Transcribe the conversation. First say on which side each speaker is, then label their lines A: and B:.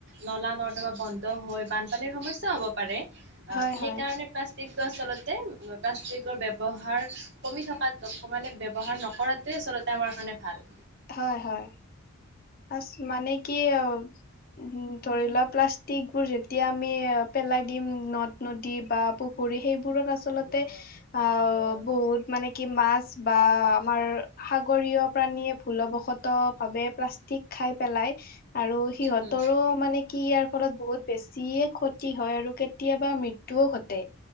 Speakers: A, on the right; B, on the left.
A: নলা নৰ্দ বা বন্ধ হৈ বানপানীৰ সমস্যাও হ'ব পাৰে সেইকাৰণে
B: হয় হয়
A: টো আচলতে প্লাষ্টিকৰ ব্যৱহাৰ কমি থকাত মানে ব্যৱহাৰ নকৰাটোৱে ওচৰতে আমাৰ কাৰণে ভাল
B: হয়, হয়। আচ মানে কি অ উ ধৰি লোৱা প্লাষ্টিক বোৰ যেতিয়া আমি পেলাই দিম নদ নদী বা পুখুৰী সেইবোৰত আচলতে অ বহুত মানে কি মাছ বা আমাৰ সাগৰীয় প্ৰাণীয়ে ভুলবশত ভাৱে প্লাষ্টিক খাই পেলাই আৰু সিহঁতৰো
A: উম,
B: মানে কি ইয়াৰ ফলত বহুত বেছিয়ে ক্ষতি হয় আৰু কেতিয়াবা মৃত্যয়ুও ঘটে